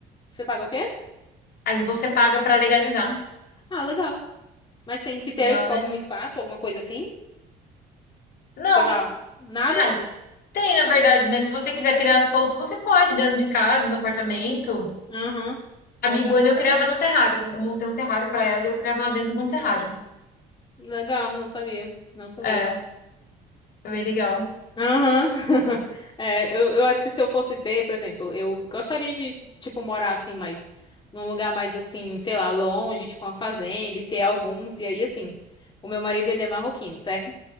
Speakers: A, on the left; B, on the left.
A: Você paga o quê?
B: Aí você paga pra legalizar.
A: Ah, legal. Mas tem que ter,
B: Legal,
A: tipo,
B: né?
A: algum espaço, alguma coisa assim?
B: Não.
A: Sei lá, nada?
B: Ah, tem, na verdade, né? Se você quiser criar solto, você pode, dentro de casa, no apartamento.
A: Aham.
B: A
A: Legal.
B: Miguana eu criava num terrário. Eu montei um terrário pra ela e eu criava ela dentro de um terrário.
A: Legal, não sabia. Não sabia.
B: É, é bem legal.
A: Aham. <laughs> É, eu, eu acho que se eu fosse ter, por exemplo, eu gostaria de, tipo, morar assim, mas num lugar mais assim, sei lá, longe, tipo uma fazenda, e ter alguns, e aí assim. O meu marido, ele é marroquino, certo?